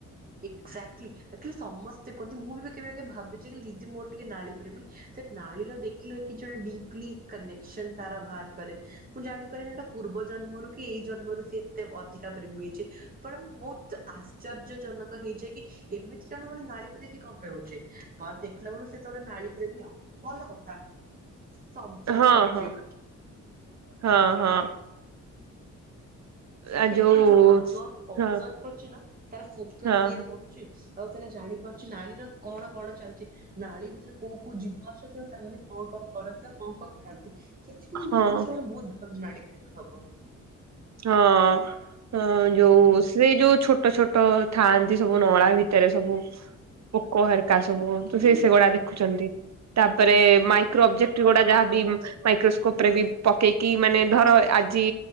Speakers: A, on the right; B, on the right.
A: ଏକ୍ଜାକ୍ଟଲିଚଲି ସମସ୍ତେ କୁହନ୍ତି ମୁଁ ବି କେବେ କେ ଭାବିଛି ଦିଦି ମୋର ଟିକେ ନାଳି ପ୍ରେମୀ ମତେ ନଳୀର ଦେଖିଲେ କିଛି ଡିପ୍ଲି କନେସନ ତାର ବାହାର କରେ ମୁଁ ଜାଣିପାରେନି ପୂବ ମ ଜନ୍ମରୁ କି ଏଇ ଜନ୍ମରୁ ସିଏ ଏତେ ଅଧିକା ପରେ ହେଇଚି ବଟ ଆମେ ବହୁ ଆଶ୍ଚର୍ଯ୍ୟ ଜନକ ହେଇଯାଇଏ। କି ଏମିତି ଜଣ ଗେ ନାଳକୁ ଦେଖି କମ ପାଉଛେ ପ ଦେଖିଲା ବେଳ ସେତ ଗୋଟେ ନଳୀ ପ୍ରେମୀ ଆଉ ଭଲ କଥା ସବଜବ
B: ହଁ
A: କରୁଚି।
B: ହଁ ହଁ ହଁ।
A: ସିଏ
B: ଆ ଯୋଉ
A: ଆବଜର୍ଭ ଅବଜର୍ବ
B: ହଁ
A: କରଛି ନା ତାର ଫୋକସ
B: ହଁ
A: ଇଏ ବଢୁଚି ଆଉ ସେଟ ଜାଣିପାରୁଚ ନାଳୀର କଣ କଣ ଚାଲିଛି ନାଳ ଭିତରେ କୋଉ କୋଉ ଯିବ ଅଛନ୍ତି ଆଉ ତାମାନେ କଣ କଣ କରନ୍ତି କଣ କଣ ଖାଆନ୍ତି ସେଥିପାଇଁ ମୁଁ
B: ହଁ।
A: ଭାବୁଛି ଗୋଟେ ବହୁତ ଭଲ ନାଳୀ ପ୍ରେମୀ ହବ।
B: ହଁ ଯୋଉ ସେ ଯୋଉ ଛୋଟ ଛୋଟ ଥାଆନ୍ତି ସବୁ ନଳା ଭି ଭିତରେ ସବୁ ପୋକ ହେରକା ସବୁ ତ
A: ହୁଁ
B: ସେ ସେଗୁଡା ଦେଖୁଛନ୍ତି। ତାପରେ ମାଇକ୍ରୋ ଅବଜେକ୍ଟ ଗୁଡା ଯାହାବି ମାଇକ୍ରୋସ୍କୋପ ରେ ବି ପକେଇକି ମାନେ ଧର ଆଜି